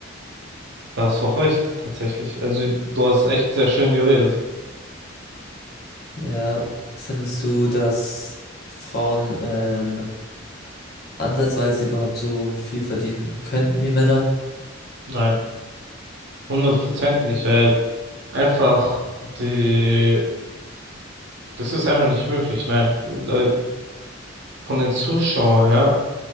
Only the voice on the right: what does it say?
da hast du auch recht, tatsächlich. Also, du hast echt sehr schön geredet.
Nein, hundert Prozent nicht, weil einfach die, das ist einfach nicht möglich, nein. Äh, Von den Zuschauern her,